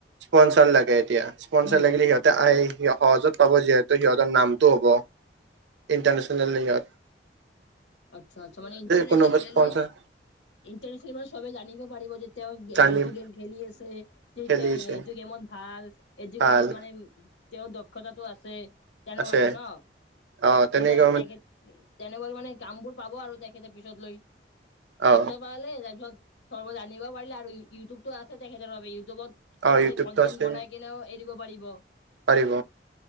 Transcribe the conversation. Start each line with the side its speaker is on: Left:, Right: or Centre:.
Right: স্পনচাৰ লাগে এতিয়া স্পনচাৰ
Left: উম,
Right: লাগিলে সিহঁতে আহি সহজত পাব যিহেতু সিহঁতৰ নামটো হ'ব। International New York.
Left: আচ্ছা আচ্ছা মানে ইণ্টাৰনেশনেলি
Right: কোনোবা স্পনচাৰ
Left: ইণ্টাৰনেশনেল চবেই মানে জানিব পাৰিব যে। তেওঁ
Right: জানিম
Left: এইটো গেম খেলি আছে
Right: খেলিছে
Left: তেওঁ এইটো গেমত ভাল। এইটো
Right: ভাল
Left: কামত মানে তেওঁৰ দক্ষতাটো আছে। তেনেকুৱাকে
Right: আছে
Left: ন
Right: অ
Left: মানে
Right: তেনেকৈ
Left: তাই তেখেত- তেনেকুৱা মানে কাম বোৰ পাব আৰু তেখেতে পিছত লৈ পইচা
Right: অ
Left: পালে তাৰ পিছত- চবেই জানিব পাৰিলে আৰু ইউটিউবতটো আছে তেখেতৰ বাবে ইউটিউবত তেখেতে
Right: অ ইউটিউবটো
Left: কনটেন্ট
Right: আছে
Left: বনাই কিনেও- এৰি দিব পাৰিব
Right: পাৰিব